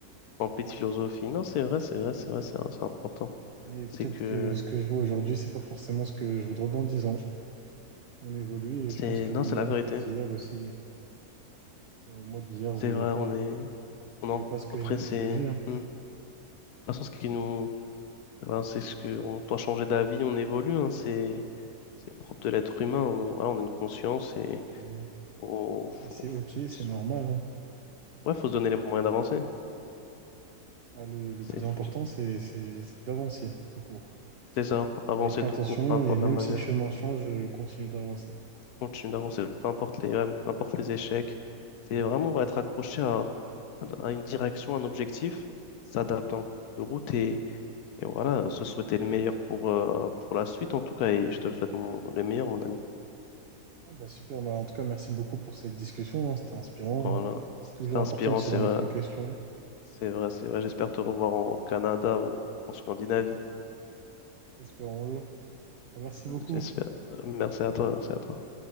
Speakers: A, on the left (about 80°); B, on the right (about 75°).
A: rempli de philosophie. Non, c'est vrai, c'est vrai, c'est vrai, c'est c'est important.
B: Et
A: C'est
B: peut-être
A: que,
B: que ce que je vois aujourd'hui, c'est pas forcément ce que je voudrais dans 10 ans. On évolue et
A: c'est,
B: je pense que
A: non,
B: le
A: c'est
B: mois
A: la vérité.
B: d'hier aussi, euh, le mois d'hier
A: C'est
B: voulait
A: vrai,
B: pas,
A: on est, on
B: voulait
A: en,
B: pas ce que
A: après,
B: je veux
A: c'est,
B: aujourd'hui. hein.
A: hmm. De toute façon, ce qui nous, Enfin, c'est ce que on doit changer d'avis, on évolue, hein, c'est c'est le propre de l'être humain. On, voilà, on a une conscience et
B: Et,
A: faut, faut,
B: et c'est
A: faut,
B: ok, c'est
A: s-
B: normal. hein.
A: ouais, faut se donner les moyens d'avancer.
B: Ah, le, le
A: C'est
B: plus
A: faut,
B: important, c'est c'est- c'est d'avancer, tout court.
A: c'est ça, avancer
B: Avec intention
A: tout court, peu importe
B: et même
A: la manière.
B: si le chemin change, euh, continue d'avancer.
A: Continuer d'avancer, peu importe les, ouais, peu importe les échecs. C'est vraiment ouais, être accroché à, à une direction, à un objectif, s'adapter en cours de route et, et voilà, se souhaiter le meilleur pour, euh, pour la suite en tout cas. Et je te le souhaite mon- le meilleur, mon ami.
B: Non, bah super, bah en tout cas, merci beaucoup pour cette discussion. hein. C'était inspirant.
A: Voilà,
B: C'est toujours
A: c'était inspirant,
B: important de se
A: c'est
B: remettre
A: vrai.
B: en question.
A: C'est vrai, c'est vrai. J'espère te revoir au Canada ou en Scandinavie.
B: Espérons-le. Bah, merci beaucoup.
A: J'espère. Merci à toi, merci à toi.